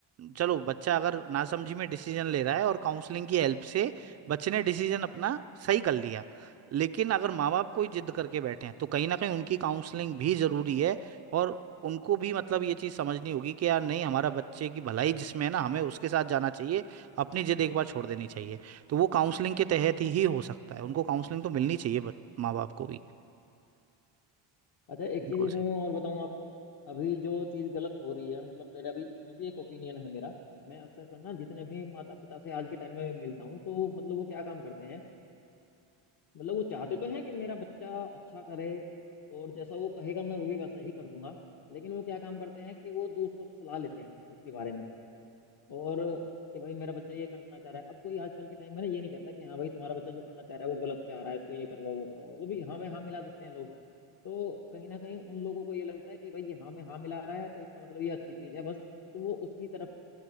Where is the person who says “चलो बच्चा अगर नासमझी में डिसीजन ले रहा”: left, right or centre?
Right